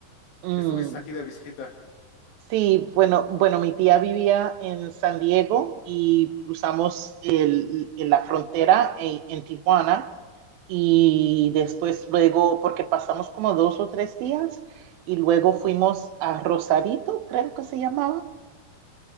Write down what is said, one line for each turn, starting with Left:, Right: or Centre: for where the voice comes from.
Right: Mm,
Left: que estuviste aquí de visita?
Right: Sí, bueno, bueno, mi tía vivía en San Diego y cruzamos el- el- la frontera en, en Tijuana y después luego, porque pasamos como dos o tres días y luego fuimos a Rosarito, creo que se llamaba,